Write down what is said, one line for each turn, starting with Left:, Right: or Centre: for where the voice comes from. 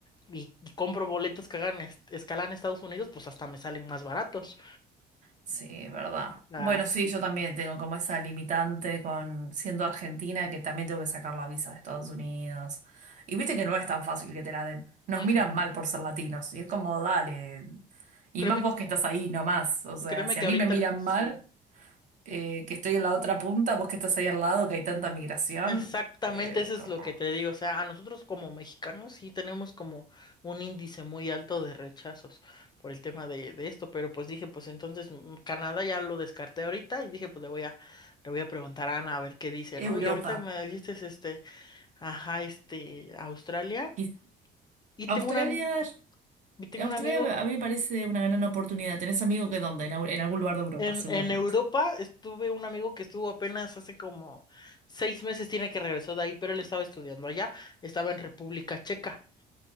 Left: y, y compro boletos que hagan es- escala en Estados Unidos, pues hasta me salen más baratos.
Right: sí, es verdad.
Left: Ah,
Right: Bueno,
Left: sí.
Right: sí, yo también tengo como esa limitante con siendo argentina que también tengo que sacar la visa de Estados Unidos. Y viste que no es tan fácil que te la den. Nos
Left: Mm,
Right: miran
Left: mm.
Right: mal por ser latinos. Y es como, dale. Y
Left: Créeme,
Right: más vos que estás ahí nomás. O sea,
Left: créeme
Right: si
Left: que
Right: a mí
Left: ahorita,
Right: me miran
Left: sí,
Right: mal, eh, que estoy en la otra punta, vos que estás ahí al lado, que hay tanta migración,
Left: exactamente
Right: eh,
Left: eso
Right: es como.
Left: es lo que te digo. O sea, a nosotros como mexicanos sí tenemos como un índice muy alto de rechazos por el tema de, de esto, pero pues dije, pues entonces mm, Canadá ya lo descarté ahorita y dije, pues le voy a, le voy a preguntar a Ana a ver qué dice,
Right: Europa.
Left: ¿no? Y ahorita me dijiste, este, ajá, este, Australia.
Right: Y
Left: Y
Right: Australia,
Left: tengo una, y tengo
Right: Australia
Left: un amigo
Right: a mí me parece una gran oportunidad. ¿Tenés amigo que dónde? En, au- en algún lugar de Europa,
Left: En,
Right: seguramente.
Left: en Europa estuve un amigo que estuvo apenas hace como seis meses, tiene que regresó de ahí, pero él estaba estudiando allá, estaba en República Checa.